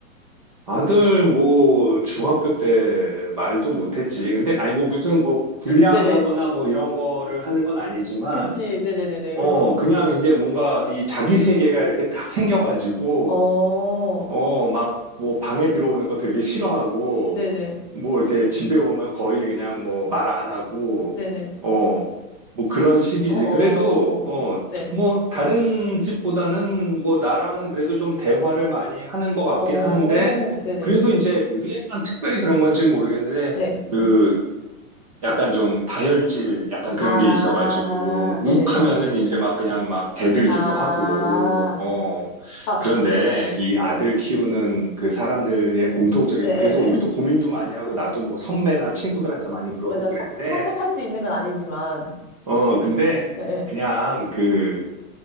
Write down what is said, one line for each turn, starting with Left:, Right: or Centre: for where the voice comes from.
Right: 아들 뭐 중학교 때 말도 못했지. 근데 아니 뭐 무슨 뭐 불량하거나
Left: 네네.
Right: 뭐 이런 거를 하는 건 아니지만
Left: 그치. 네네네네.
Right: 어,
Left: 그쵸.
Right: 그냥 이제 뭔가 이 자기 세계가 이렇게 딱 생겨가지고
Left: 어,
Right: 어, 막, 뭐, 방에 들어오는 거 되게 싫어하고,
Left: 네네.
Right: 뭐, 이렇게 집에 오면 거의 그냥 뭐, 말 안 하고,
Left: 네네.
Right: 어, 뭐, 그런 식이지.
Left: 어,
Right: 그래도, 어,
Left: 네.
Right: 뭐, 다른 집보다는 뭐, 나랑은 그래도 좀 대화를 많이 하는 것 같긴
Left: 어,
Right: 한데,
Left: 네네.
Right: 그래도 이제, 우리 애만 특별히 그런 건지 는 모르겠는데,
Left: 네.
Right: 그,
Left: 네.
Right: 약간 좀 다혈질 약간 그런
Left: 아,
Right: 게 있어가지고 욱하면은
Left: 네네네네.
Right: 이제 막 그냥 막 대들기도
Left: 아,
Right: 하고 어
Left: 아,
Right: 그런데 이
Left: 네.
Right: 아들 키우는 그 사람들의 공통적인
Left: 예, 예,
Right: 그래서
Left: 예.
Right: 우리도 고민도 많이 하고 나도 뭐 선배나 친구들한테 많이 물어보고
Left: 맞아.
Right: 그랬는데
Left: 서, 선택할 수 있는 건 아니지만.
Right: 어 근데
Left: 예, 예.
Right: 그냥 그